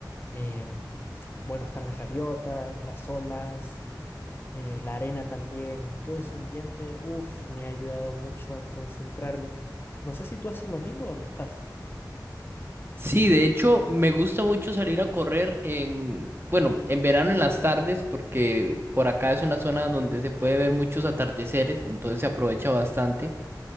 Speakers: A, on the left; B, on the right.
A: em, bueno, están las gaviotas, las olas eh, la arena también, todo ese ambiente, uff, me ha ayudado mucho a concentrarme. No sé si tú haces lo mismo donde estás.
B: Sí, de hecho, me gusta mucho salir a correr en, bueno, en verano en las tardes, porque por acá es una zona donde se puede ver muchos atardeceres, entonces se aprovecha bastante.